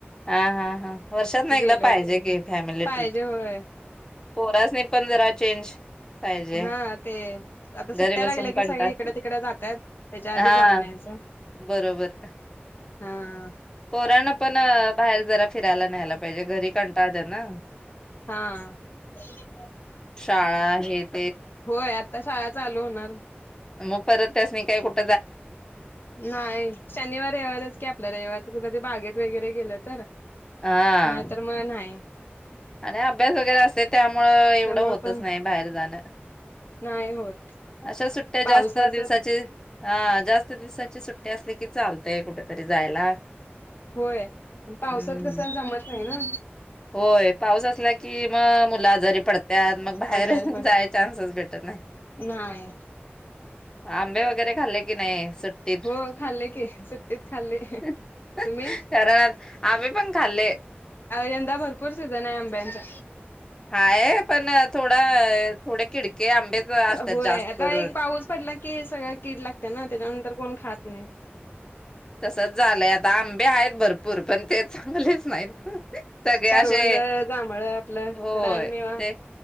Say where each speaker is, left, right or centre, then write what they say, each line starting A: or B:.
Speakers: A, on the left; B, on the left.
A: हां हां हां वर्षात ना
B: गेलो
A: एकदा पाहिजे की फॅमिली
B: पाहिजे
A: ट्रिप
B: होय
A: पोरास्नी पंधरा चेंज पाहिजे.
B: हां ते आता सुट्टया
A: घरी बसून
B: लागल्या
A: कंटाळ
B: की सगळे इकडे तिकडे जातात त्याच्या आधी
A: हा
B: जाऊन यायचं
A: बरोबर
B: हां
A: पोरांना पण बाहेर जरा फिरायला न्यायला पाहिजे घरी कंटाळतात ना
B: हा
A: शाळा आहेत
B: होय आत्ता शाळा चालू होणार
A: मग परत त्यासनी काय कुट
B: नाही शनिवार रविवारच कि आपला रविवार गुला ते बागेत वगैरे गेलं तर
A: हा
B: नाही तर म नाही
A: आणि अभ्यास वगैरे असते त्यामुळं एवढं
B: त्यामुळे
A: होतच
B: पण
A: नाही बाहेर जाणं,
B: नाही होत
A: अशा सुट्टी सुट्ट्या
B: पावसाच
A: जास्त दिवसाचे हां जास्त दिवसाचे सुट्या त्यासनी ते चालतंय कुठं तर जायला
B: होय
A: हम्म
B: पावसात कसं जमत नाही ना
A: होय पाऊस असला कि म मुलं आजारी पडत्यात मग बाहेर
B: आजारी पण
A: जाय चान्सच भेटत नाही
B: नाही
A: हां आंबे वगैरे खाल्ले की नाही सुट्टीत
B: हो खाल्ले की सुट्टीत खाल्ले
A: <unintelligible>
B: तुम्ही
A: कारण आम्ही पण खाल्ले
B: यंदा भरपूर सिझन आहे आंब्यांचा
A: हाये पण थोडा थोडे किडके आंबेच असतात
B: होय
A: जास्त
B: आता
A: करून
B: एक पाऊस पडला की सगळं कीड लागते ना त्याच्यानंतर कोण खात नाही
A: तसच झालंय आता आंबे आहेत भरपूर पण ते चांगलेच नाही सगळे
B: करवंद
A: असे
B: जांभळ आपलं
A: होय
B: रानमेवा
A: ते